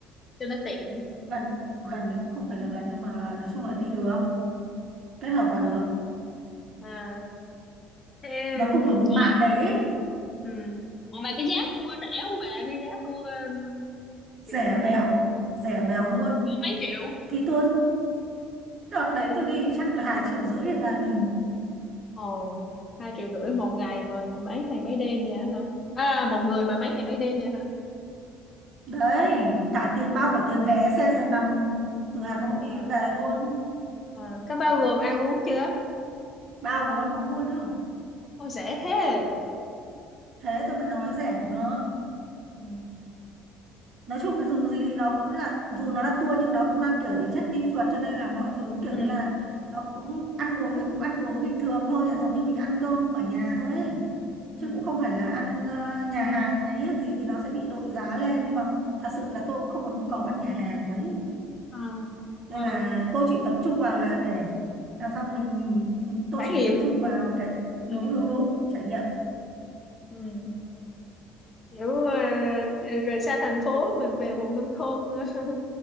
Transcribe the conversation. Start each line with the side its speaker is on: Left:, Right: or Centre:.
Left: cho nó tiện
Right: gần gần thì cũng không phải là gần nhưng mà nói chung là đi được kết hợp vào được
Left: à Thế,
Right: nó
Left: ủa,
Right: cùng ở một mạn đấy ấy.
Left: ừ. Ủa mà cái giá tour rẻ không bà? Cái giá tour um, kiểu
Right: rẻ bèo rẻ bèo
Left: ờ,
Right: luôn
Left: cỡ mấy triệu?
Right: thì tôi đợt đấy tôi đi chắc là hai triệu rưỡi hay là gì
Left: Ồ, hai triệu rưỡi một ngày mà mấy ngày mấy đêm vậy hả? À, một người mà mấy ngày mấy đêm vậy hả?
Right: đấy cả tiền bao
Left: Ờ,
Right: cả tiền vé xe giường nằm từ Hà Nội đi
Left: ờ,
Right: về luôn
Left: ờ. Có bao gồm ăn uống chưa?
Right: bao gồm ăn uống luôn nữa
Left: Ôi, rẻ thế.
Right: thế tôi mới nói rẻ mà
Left: Ừ,
Right: nói chung thì dù gì thì nó vẫn là dù nó là tour nhưng nó vẫn mang kiểu tính chất đi phượt cho nên là mọi thứ kiểu
Left: ừ,
Right: như là nó cũng ăn uống mình cũng ăn uống bình thường thôi giống như mình ăn cơm
Left: ừ,
Right: ở nhà thôi ấy.
Left: ừ.
Right: chứ cũng không phải là ăn ờ, nhà hàng nhà hiếc gì thì nó sẽ bị đội giá lên nhưng mà thật sự là tôi cũng không có nhu cầu ăn nhà hàng mấy
Left: Ờ,
Right: nên
Left: ờ.
Right: là tôi chỉ tập trung vào là để làm sao mình tôi
Left: Trải
Right: chỉ
Left: nghiệm.
Right: tập trung vào cái
Left: Ừ,
Right: đúng đúng đúng trải nghiệm
Left: ừ. kiểu ờ, ờ, rời xa thành phố mình về vùng nông thôn <laughs>